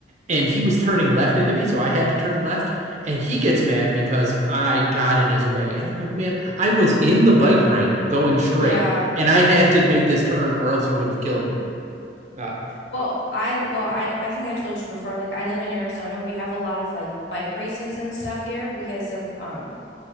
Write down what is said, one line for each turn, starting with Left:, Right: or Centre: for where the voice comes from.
Right: and he was turning left into me so I had to turn left and he gets mad because I got in his way and I'm like man I was in the bike lane going straight
Left: Yeah.
Right: and I had to make this turn or else you would have killed me. Ah.
Left: Well, I well, I I think I told you before, like I live in Arizona. We have a lot of like bike races and stuff here because of um,